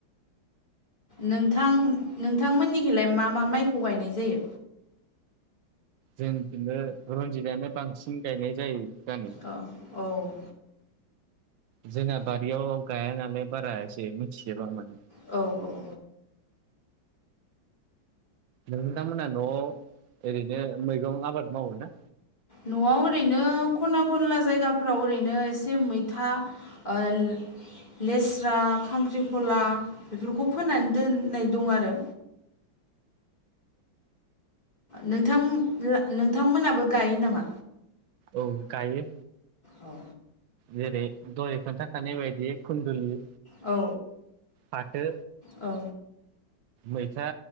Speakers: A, on the left (about 20°); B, on the right (about 75°).
A: नोंथां नोंथांमोननिखौलाय मा मा माइखौ गायनाय जायो?
B: जोंदिनो रनजितानो बांसिन गायनाय जायो गानि
A: औ औ
B: जोंना बारियाव गाया नालाय बारा एसे मिथिजोबा माने
A: औ औ
B: नोंथांमोना न'आव ओरैनो मैगं आबाद मावो ना?
A: न'आव ओरैनो खना खनला जायगाफोराव ओरैनो एसे मैथा ओ‌ लेस्रा खांख्रिखला बेफोरखौ फोननानै दोननाय दं आरो नोंथां नोंथांमोनाबो गायो नामा?
B: औ गायो।
A: औ
B: जेरै दहाय‌ खोनथाखानाय बायदियै खुन्दुलि
A: औ
B: फाथो
A: औ
B: मैथा